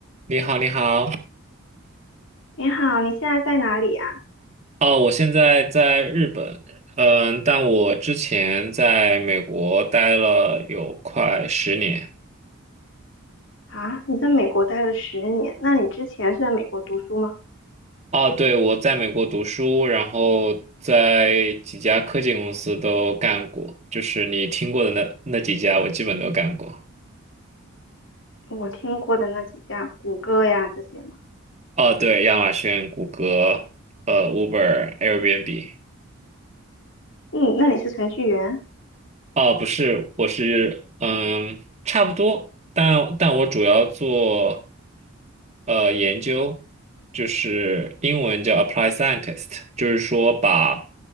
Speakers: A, on the right; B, on the left.
A: 你好，你好。
B: 你好，你现在在哪里呀？
A: 哦，我现在在日本，嗯，但我之前在美国待了有快十年。
B: 啊，你在美国待了十年，那你之前是在美国读书吗？
A: 哦，对，我在美国读书，然后在几家科技公司都干过，就是你听过的那那几家，我基本都干过。
B: 我听过的那几家，谷歌呀这些嘛。
A: 哦，对，亚马逊、谷歌、呃，Uber、Airbnb。
B: 嗯，那你是程序员？
A: 哦，不是，我是嗯，差不多，但但我主要做呃研究，就是英文叫 apply scientist，就是说把